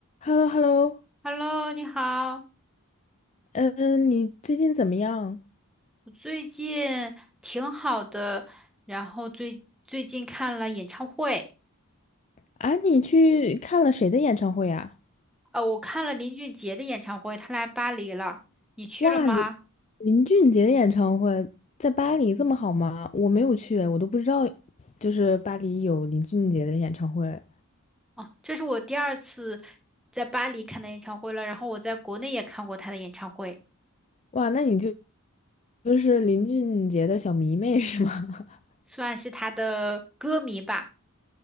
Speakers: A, on the left; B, in the centre.
A: h e l l o h e l l o
B: Hello，你好，
A: 嗯，你最近怎么样？
B: 我最近挺好的，然后最最近看了演唱会，
A: 啊，你去看了谁的演唱会呀？
B: 呃，我看了林俊杰的演唱会，他来巴黎了，你去了吗？
A: 哇，林林俊杰的演唱会在巴黎这么好吗？我没有去，我都不知道，就是巴黎有林俊杰的演唱会。
B: 哦，这是我第二次在巴黎看的演唱会了，然后我在国内也看过他的演唱会，
A: 哇，那你就就是林俊杰的小迷妹是吗？<laughs>
B: 算是他的歌迷吧。